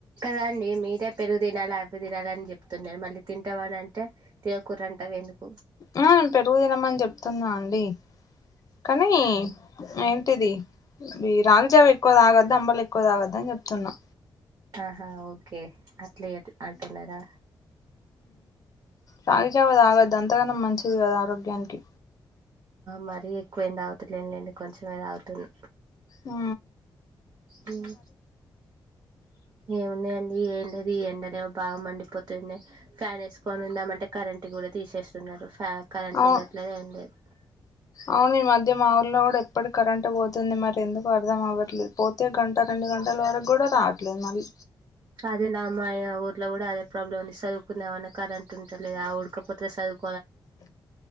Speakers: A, on the right (about 50°); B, on the left (about 45°).
A: దండి మీరే పెరుగు తినాలి అవి తినాలి అని చెప్తున్నారు మళ్ళీ తింటావా అని అంటే తినకూరంటవి ఎందుకు
B: ఆ నేను పెరుగు తినమని చెప్పు తున్నా అండి కానీ ఏం టిది రాగిజావ ఎక్కువ తాగొద్దు అంబలి ఎక్కు క్కువ తాగొద్దని చెబుతున్న
A: ఆహా ఓకే ఇట్లే అంటున్నారా
B: రాగి జావా తాగద్దు అంతగానం మంచిది కాదు ఆరోగ్యానికి
A: మరీ ఎక్కువ ఏం తాగుతాలేం లేండి కొంచమే తాగుతున్నా
B: ఆ
A: ఉమ్ ఏవున్నాయి ఏం లేదు ఈ ఎండనే బాగా మండిపోతుంది ఫ్యాన్ వేసుకొని ఉందామంటె కరెంట్ కూడా తీసేస్తున్నారు కరెంట్
B: అవు
A: ఉండట్లేదు ఏం లేదు
B: అవును ఈ మధ్య మా ఊర్లో కూడా ఎప్పటి కరెంట్ పోతుంది మరి ఎందుకో అర్థం అవ్వట్లేదు పోతే గంట రెండు గంటల వరకు కూడా రాదు ఎట్లా మరి
A: అదే నా మా ఊర్లో కూడా అదే ప్రాబ్లమ్ ఉంది చదువుకుందా మన్నా కరెంట్ ఉంటలేదు ఆ ఉడకపోతే చదువుకు